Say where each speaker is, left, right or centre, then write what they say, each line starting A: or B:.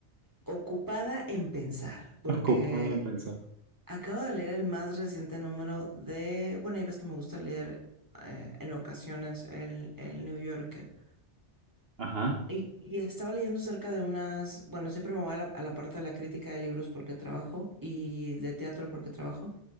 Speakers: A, on the right; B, on the right.
A: Ocupada en pensar,
B: <laughs>
A: porque
B: Ocupada en pensar.
A: acabo de leer el más reciente número de, bueno, ya ves que me gusta leer eh, en ocasiones el, el New Yorker.
B: Ajá.
A: Y, y estaba leyendo acerca de unas, bueno, siempre me voy a la, a la parte de la crítica de libros porque trabajo y de teatro porque trabajo.